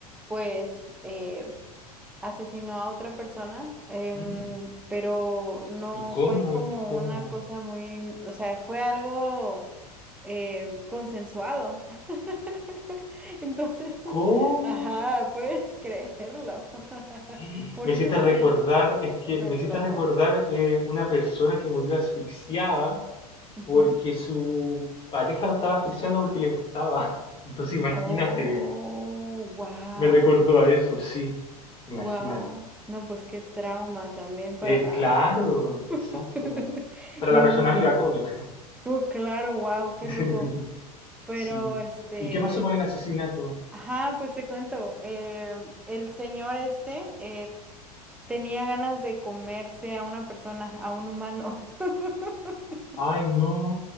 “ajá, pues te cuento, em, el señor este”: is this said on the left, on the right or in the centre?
Centre